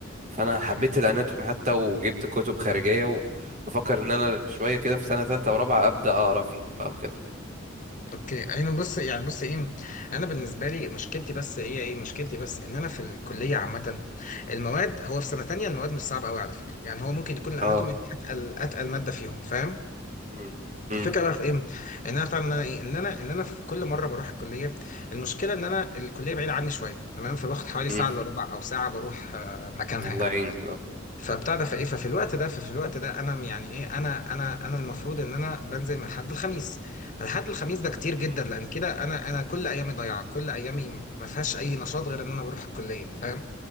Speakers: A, on the right; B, on the left.
A: فانا
B: اوكي
A: حبيت الاناتومي حتى وجبت كتب خارجيه وبفكر ان انا شويه كده في سنه ثالثه ورابعه ابدا اقرا فيهم بقى وكده
B: اوكي انا بص يعني بص ايه انا بالنسبه لي مشكلتي بس هي ايه مشكلتي بس ان انا في الكليه عامه المواد هو في سنه تانية المواد مش صعبه قوي على فكره يعني هو ممكن يكون الاناتومي
A: اه
B: دي اتقل اتقل ماده فيهم فاهم
A: مم. مم.
B: الفكره بقى في ايه ان انا فاهم ان انا ايه ان انا ان انا في كل مره بروح الكليه المشكله ان انا الكليه بعيده عني شويه تمام فباخد حوالي ساعه
A: مم.
B: الا ربع او ساعه بروح آه، مكانها
A: الله
B: يعني
A: يعينك اه
B: فبتاع ده فايه ففي الوقت ده ففي الوقت ده انا م- يعني ايه انا انا انا المفروض ان انا بنزل من حد الخميس فالحد الخميس ده كتير جدا
A: مم.
B: لان كده انا انا كل ايامي ضايعه كل ايامي ما فيهاش اي نشاط غير ان انا بروح الكليه فاهم